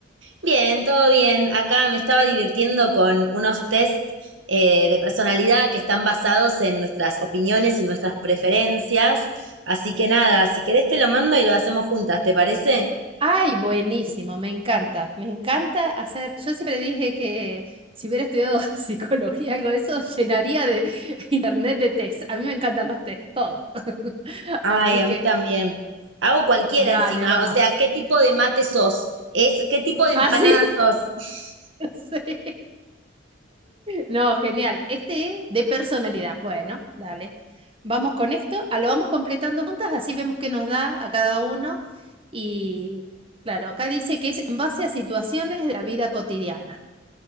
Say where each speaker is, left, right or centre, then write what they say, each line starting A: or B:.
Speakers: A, on the right; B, on the right.
A: Bien, todo bien. Acá me estaba divirtiendo con unos test eh, de personalidad que están basados en nuestras opiniones y nuestras preferencias. Así que nada, si querés te lo mando y lo hacemos juntas, ¿te parece?
B: Ay, buenísimo, me encanta. Me encanta hacer. Yo siempre dije que si hubiera estudiado <laughs> psicología, algo de eso, llenaría de <laughs> internet de test. A mí me encantan los test, todo. <laughs>
A: Ay,
B: Así
A: a
B: que,
A: mí también. Hago cualquiera
B: dale,
A: encima.
B: vamos.
A: O sea, ¿qué tipo de mate sos? Es, ¿qué tipo de empanada
B: Así.
A: sos? <laughs>
B: <laughs> Sí. No, genial. Este es de personalidad. Bueno, dale. Vamos con esto, a lo vamos completando juntas, así vemos qué nos da a cada uno. Y claro, acá dice que es en base a situaciones de la vida cotidiana.